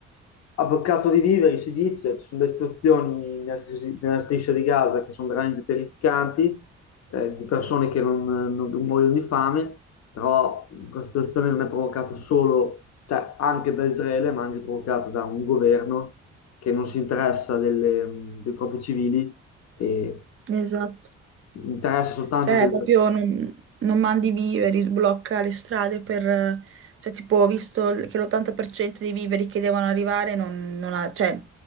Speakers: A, on the left; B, on the right.
A: a boccato di viveri, si dice, ci sono delle situazioni nella striscia nella striscia di Gaza che sono veramente terrificanti, eh, di persone che non, non- non muoiono di fame, però questa situazione non è provocata solo, cioè anche da Israele, ma anche provocata da un governo che non si interessa delle- dei propri civili e
B: Esatto.
A: interessa soltanto
B: Cioè,
A: del...
B: proprio non, non mandi i viveri, blocca le strade per... eh, Cioè, tipo, ho visto l- che l'80% dei viveri che devono arrivare non, non ha... Cioè,